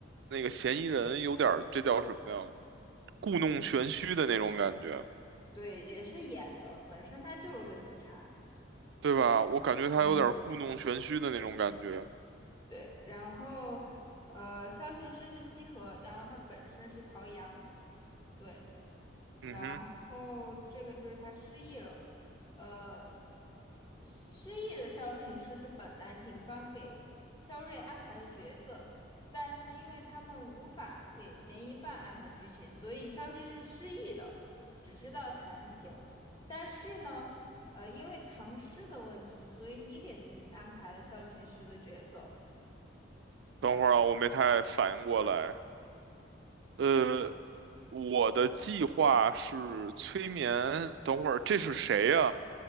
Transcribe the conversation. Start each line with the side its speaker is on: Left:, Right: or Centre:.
Right: 那个嫌疑人有点儿这叫什么呀？
Left: 嗯
Right: 故弄玄虚的那种感觉，
Left: 对，也是演的，本身他就是个警察。
Right: 对吧？我感觉他有点儿故弄玄虚的那种感觉。
Left: 嗯对，然后呃，萧琴师是西河，然后他本身是陶阳。对，然后这个就是他失忆了，
Right: 嗯哼，
Left: 呃，失忆的萧琴师是本来警方给肖瑞安排的角色，但是因为他们无法给嫌疑犯安排剧情，所以萧琴是失忆的，只知道弹琴。但是呢，呃，因为唐诗的问题，所以你给自己安排了萧琴师的角色，
Right: 等会儿啊，我没太反应过来。呃，我的计划是催眠。等会儿这是谁呀、